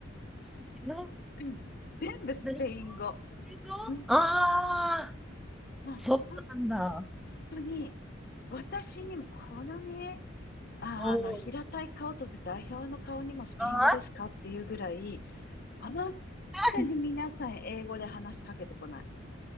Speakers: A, in the centre; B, on the left.
A: えな
B: うん全部スペイン語。
A: 何語英語ああ
B: うん。もう本
A: ー、そうなんだ。
B: 当に、私にもこのね、あの、
A: おー
B: 平たい顔族代表の顔にもスペイン語ですかっていうぐらい、
A: ああ
B: 本当に皆さん英語で話しかけてこない。
A: そうなん